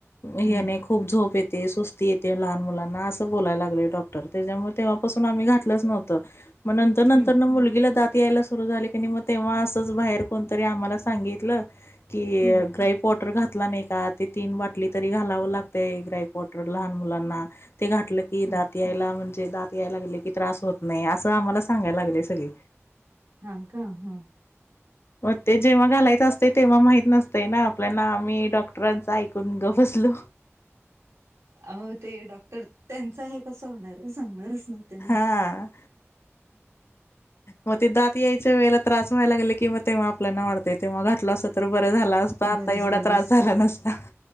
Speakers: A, on the left; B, on the right.
A: येणे
B: हं
A: खूप झोप येत ते सुस्ती येते लहान मुलांना असं बोलायला लागले डॉटर त्याच्यामुळे तेव्हापासून आम्ही घात घातलाच नव्हतं मग नंतर, नंतर
B: हं.
A: तर ना मुलगीला दात यायला सुरू झाली क नाही मग तेव्हा असंच बाहेर कोणतरी आम्हाला सांगितलं की
B: हं
A: ग्राईप वॉटर घातला नाही का ते तीन बाटली तरी घालावं लागतंय ग्राईप वॉटर लहान मुलांना ते घातले की
B: हं
A: दात यायला दात यायला लागले कि त्रास होत नाही असं आम्हाला सांगायला लागले सगळे
B: हां का हा
A: मग ते जेव्हा घालायचं असतंय तेव्हा माहित नसतय ना आपल्याना आम्ही डॉक्टरांच ऐकून गप बसलो
B: अ ते डॉक्टर त्यांचा हे कस होणार सांगणारच मतनी
A: हां. मग ते दात यायच्या वेळेला त्रास व्हायला लागले कि म तेव्हा आपल्याना वाढतेय तेव्हा घातलं अस तर बर झाला असत आता
B: बरं
A: एवढा
B: झालं
A: त्रास
B: असतं
A: झाला नसता